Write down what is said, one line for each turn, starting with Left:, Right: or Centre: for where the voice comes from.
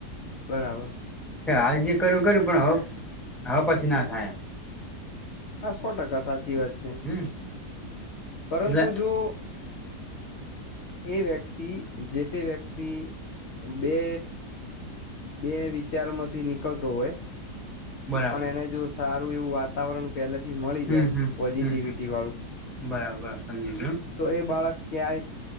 Left: બરાબર
Centre: હાલજી, કરુ કર્યું પણ હ હવે પછી. ના થાય એમ
Left: હા, સો ટકા સાચી વાત છે.
Centre: હમ
Left: પરંતુ
Centre: એટલે
Left: જો એ વ્યક્તિ જે, તે વ્યક્તિ બે બે વિચારમાંથી નીકળતો હોય
Centre: બરાબર
Left: પણ એને જો સારુ, એવું વાતાવરણ પેલાથી, મળી
Centre: હમ
Left: જાય
Centre: હમ
Left: પોઝિટિવિટી
Centre: હમ
Left: વાળુ
Centre: હમ બરાબર સમજી ગયો
Left: તો એ બાળક ક્યાંય